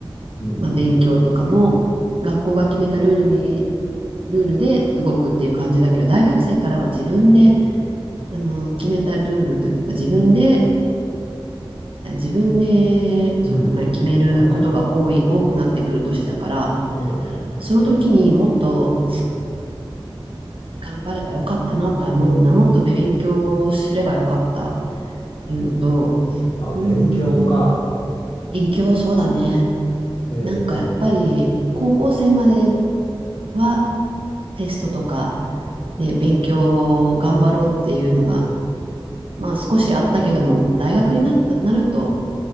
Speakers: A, on the left; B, on the right.
A: うんうん
B: まあ、勉強とかも学校が決めたルールに、ルールで動くっていう感じだけど、大学生からは自分で、あの、決めたルールというか、自分で、自分で、
A: うんそうだね
B: そうだな、決めることが多い、多くなってくる年だから、
A: そうだよね、
B: その時にもっと
A: うん、
B: 頑張ればよかったなとは思うな。もっと勉強すればよかったっていうのと、
A: あ勉強か
B: うーん、勉強そうだね。
A: えー
B: なんかやっぱり高校生まではテストとかで勉強を頑張ろうっていうのが、まあ少しあったけども、大学になった、なると